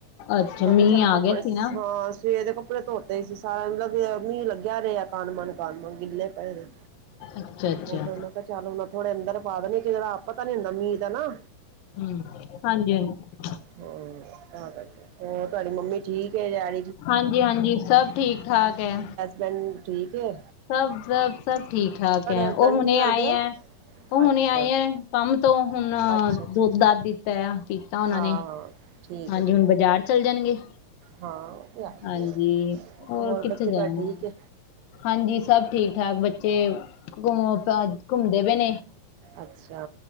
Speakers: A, on the left; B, on the right.
A: ਅੱਛਾ
B: ਮੈਂ
A: ਮੀਂਹ
B: ਕਿਹਾ ਚੱਲ
A: ਆ
B: ਕੱਪੜੇ
A: ਗਿਆ ਸੀ ਨਾ
B: ਹਾਂ ਸਵੇਰ ਦੇ ਕੱਪੜੇ ਧੋ ਤੇ ਸਾਰਾ ਦਿਨ ਲੱ ਮੀਂਹ ਲੱਗਿਆ ਰਿਹਾ ਕਿਨ-ਮਨ ਕਿਨ-ਮਨ ਗਿੱਲੇ ਪਏ ਨੇ।
A: ਅੱਛਾ ਅੱਛਾ
B: ਉਹ ਫਿਰ ਕਿਹਾ ਚੱਲੋ ਥੋੜੇ ਅੰਦਰ ਪਾ ਦੇਣੀ ਆ ਕਿਹੜਾ ਪਤਾ ਨੀ ਹੁੰਦਾ ਮੀਂਹ ਦਾ ਨਾ।
A: ਹਂ ਹਾਂਜੀ-ਹਾਂਜੀ।
B: ਹਾ ਤਾਂ ਕਰਕੇ ਹੋਰ ਤੁਹਾਡੀ ਮੰਮੀ ਠੀਕ ਐ ਯਰ।
A: ਹਾਂਜੀ-ਹਾਂਜੀ ਸਭ ਠੀਕ ਠਾਕ ਐ।
B: ਪਿੰਡ ਠੀਕ ਐ।
A: ਸਭ-ਸਭ-ਸਭ ਠੀਕ-ਠਾਕ ਐ।
B: ਹਸਬੈਂਡ
A: ਉਹ ਹੁਣੇ
B: ਕੀ ਕਰਦੇ
A: ਆਏ
B: ਆ
A: ਏ ਉਹ ਹੁਣੇ
B: ਅੱਛਾ
A: ਆਏ ਏ ਕੰਮ ਤੋਂ ਹੁਣ
B: ਅੱਛਾ ਅੱਛਾ
A: ਦੁੱਧ
B: ਅੱਛਾ
A: ਦੁਧ
B: ਹਾਂ
A: ਦਿੱਤਾ ਆ ਪੀਤਾ ਉਹਨਾਂ
B: ਹਾਂ
A: ਨੇ।
B: ਠੀਕ
A: ਹਾਂਜੀ
B: ਹੈ ਠੀਕ
A: ਹੁਣ ਬਾਜ਼ਾਰ
B: ਹੈ
A: ਚੱਲ ਜਾਣਗੇ।
B: ਹਾਂ ਉਹ
A: ਹਾਂਜੀ
B: ਤੇ ਆ ਹੋਰ ਬੱਚੇ
A: ਕਿੱਥੇ ਜਾਣਾ
B: ਘਰ ਠੀਕ ਐ।
A: ਹਾਂਜੀ ਸਭ ਠੀਕ-ਠਾਕ। ਬੱਚੇ ਘੁੰਮ ਘੁੰਮਦੇ ਪਏ ਨੇ।
B: ਅੱਛਾ